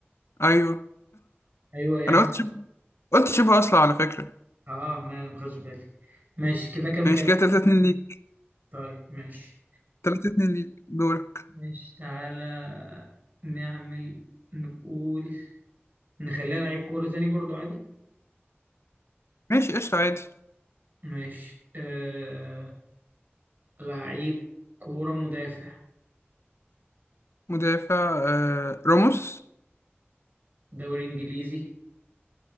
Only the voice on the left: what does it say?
ايوه
انا
قلت شبه قلت شبه اصلا على فكره
ماشي
كده 3 2 ليك
3 2 ليك دورك
ماشي قشطه عادي
مدافع آه... راموس